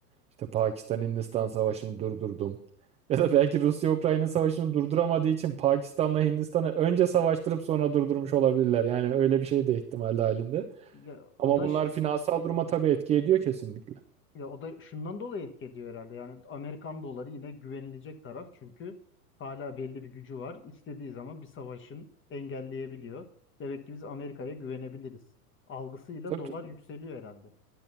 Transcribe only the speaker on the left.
Ya, o
da
Ya o da şundan dolayı etki ediyor herhalde. Yani Amerikan doları yine güvenilecek taraf çünkü hala belli bir gücü var. İstediği zaman bir savaşın engelleyebiliyor. Demek ki biz Amerika'ya güvenebiliriz. Algısıyla
dolar yükseliyor herhalde.